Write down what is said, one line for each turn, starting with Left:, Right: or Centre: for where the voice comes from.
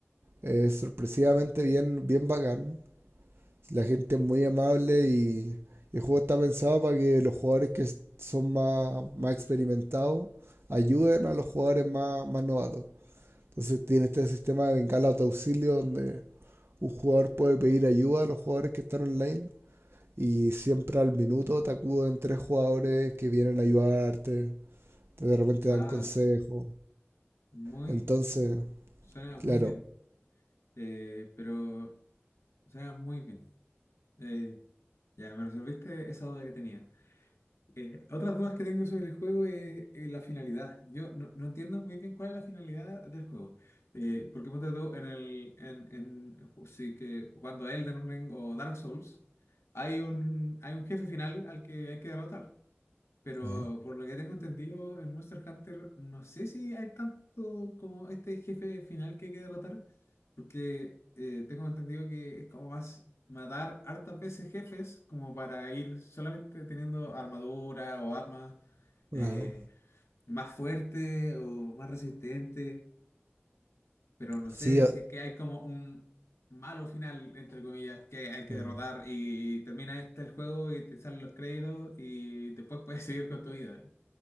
Right: es sorpresivamente bien, bien bacán. La gente es muy amable y, y el juego está pensado para que los jugadores que s- son más, más experimentados ayuden a los jugadores más, más novatos. Entonces tiene este sistema de bengala de auxilio donde un jugador puede pedir ayuda a los jugadores que están online y siempre al minuto te acuden tres jugadores que vienen a ayudarte, te de repente
Left: Ah,
Right: dan consejo.
Left: muy,
Right: Entonces,
Left: suena
Right: claro.
Left: muy bien, Eh, pero suena muy bien. Eh, Ya, me resolviste esa duda que tenía. Eh, otras dudas que tengo sobre el juego es eh, la finalidad. Yo no, no entiendo muy bien cuál es la finalidad del juego. Eh, porque ponte tú en el, en, en, sí que jugando a Elden Ring o Dark Souls, hay un, hay un jefe final al que hay que derrotar. Pero
Right: ah,
Left: por lo que tengo entendido, en Monster Hunter no sé si hay tanto como este jefe final que hay que derrotar, porque eh, tengo entendido que es como más matar hartas veces jefes como para ir solamente teniendo armadura o armas eh,
Right: ah,
Left: más fuerte o más resistente, pero no
Right: Sí,
Left: sé
Right: ah,
Left: si es que hay como un malo final, entre comillas, que hay que
Right: ah,
Left: derrotar y termina este el juego y te salen los créditos y después puedes seguir con tu vida.